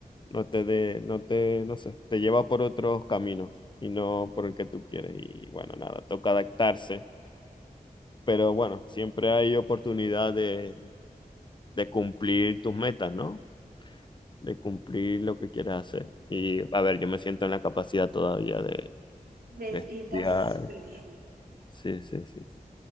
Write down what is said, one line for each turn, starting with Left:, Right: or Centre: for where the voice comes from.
Left: no te de, no te, no sé, te lleva por otros caminos y no por el que tú quieres. Y bueno, nada, toca adaptarse. Pero bueno, siempre hay oportunidad de, de cumplir tus metas, ¿no? De cumplir lo que quieres hacer. Y a ver, yo me siento en la capacidad todavía de,
Right: ¿Ves?
Left: de estudiar.
Right: Y estás súper bien.
Left: Sí, sí, sí. sí.